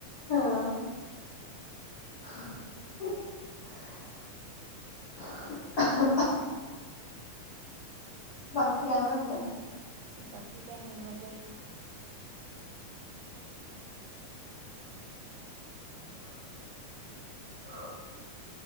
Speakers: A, on the left; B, on the right.
A: हा <unintelligible> <unintelligible> बाकी काय म्हणता?
B: बाकी काय नाही मजा येते.
A: <inaudible>